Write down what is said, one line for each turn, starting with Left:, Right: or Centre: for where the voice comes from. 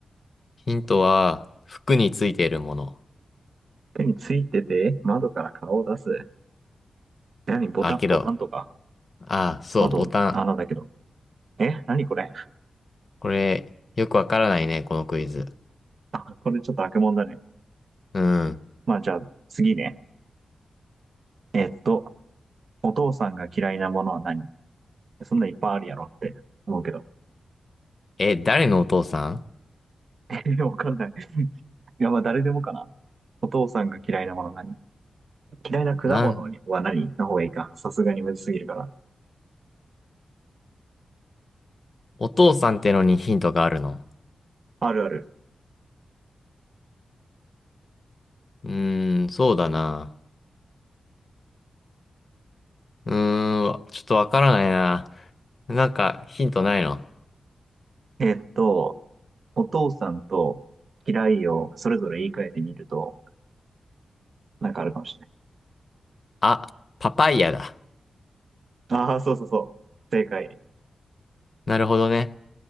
Left: ヒントは、服についているもの。
Right: 手についてて、窓から顔を出す。何ボタン、
Left: あ、けど、
Right: ボタンとか
Left: あ、そう、
Right: 窓、
Left: ボタン。
Right: 穴だけど。え、何これ
Left: これ、よくわからないね、このクイズ。
Right: あ、<laughs> これちょっと悪もんだね。
Left: うん。
Right: まあじゃあ、次ね。えっと、お父さんが嫌いなものは何そんなんいっぱいあるやろって思うけど。
Left: え、誰のお父さん
Right: <laughs> わかんない。いや、まあ誰でもかな。お父さんが嫌いなもの何嫌いな果物は何の方がいいか。
Left: なん、
Right: さすがにむずすぎるから。
Left: お父さんってのにヒントがあるの
Right: あるある。
Left: うーん、そうだな。うーん、ちょっとわからないな。なんか、ヒントないの
Right: えっと、お父さんと嫌いをそれぞれ言い換えてみると、なんかあるかもしれない。
Left: あ、パパイヤだ。
Right: ああ、そうそうそう。正解。
Left: なるほどね。